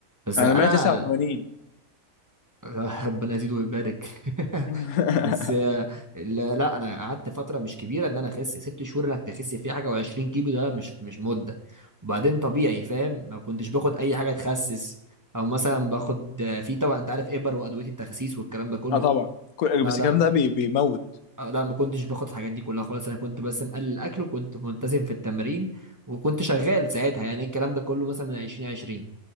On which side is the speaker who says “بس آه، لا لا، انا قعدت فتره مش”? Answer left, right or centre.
Right